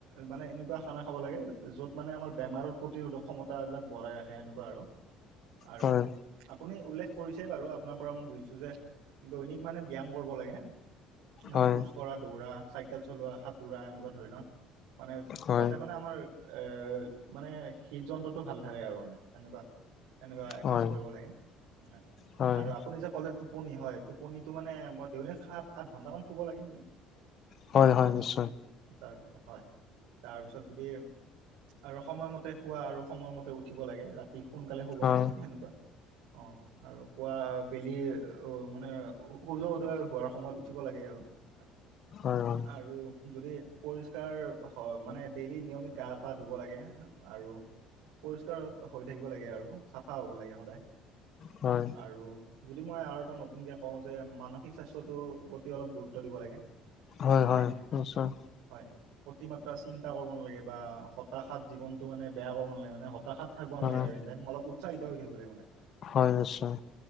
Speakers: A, on the right (about 85°); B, on the left (about 40°).
A: মানে এনেকুৱা খানা খাব লাগে য'ত মানে আমাৰ বেমাৰৰ প্ৰতিৰোধক ক্ষমতাবিলাক বঢ়াই ৰাখে এনেকুৱা আৰু। আৰু
B: হয়
A: আপুনি উল্লেখ কৰিছেই বাৰু আপোনাৰ পৰা মই বুজিছো যে দৈনিক মানে ব্যায়াম কৰিব লাগে। মানে
B: হয়
A: খোজ কঢ়া, দৌৰা, চাইকেল চলোৱা, সাঁতোৰা এনেকুৱা ধৰণৰ। মানে
B: হয়
A: যাতে মানে আমাৰ এ মানে হৃদ যন্ত্ৰটো ভাল থাকে আৰু মানে সেনেকুৱা সেনেকুৱা এক্সাৰচাইজ
B: হয়
A: কৰিব লাগে। হয়
B: হয়
A: আৰু আ আপুনি যে ক'লে টোপনি হয় টোপনিটো মানে মই দুই সাত আঠ ঘণ্টামান শুব লাগে।
B: হয় হয়
A: অ
B: নিশ্চয়।
A: তাৰ হয়। তাৰপিছত যদি আৰু সময়মতে শুৱা আৰু সময়মতে উঠিব লাগে। ৰাতি সোনকালে শুব
B: হয়
A: লাগে সেনেকুৱা। অঁ। আৰু পুৱা বেলি অঁ মানে সূৰ্য উদয় হোৱাৰ সময়ত উঠিব লাগে আৰু। <unintelligible>
B: হয় হয়।
A: আৰু যদি পৰিষ্কাৰ হ মানে ডেইলি নিয়মিত গা পা ধুব লাগে আৰু পৰিষ্কাৰ হৈ থাকিব লাগে আৰু চাফা হ'ব লাগে সদায়।
B: হয়।
A: আৰু যদি মই আৰু এটা নতুনকে কওঁ যে মানসিক স্বাস্থ্যটোৰ প্ৰতি অলপ গুৰুত্ব দিব লাগে।
B: হয়
A: মানে
B: হয় নিশ্চয়।
A: হয়, অতিমাত্ৰা চিন্তা কৰিব নালাগে বা হতাশাত জীৱনটো মানে বেয়া কৰিব নালাগে মানে হতাশাত শাত থাকিব নালাগে
B: হয়
A: আৰু এনি টাইম। অলপ উৎসাহিত হৈ থাকিব লাগে মানে।
B: হয় নিশ্চয়।